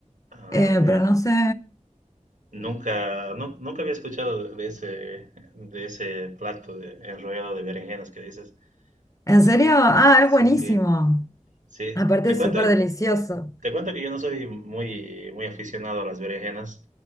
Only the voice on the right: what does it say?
ah,
mira,
nunca, nu- nunca había escuchado de de ese, de ese plato de, enrollado de berenjenas que dices.
Eh,
Sí,
sí,
te
cuento.
Te cuento que yo no soy muy, muy aficionado a las berenjenas.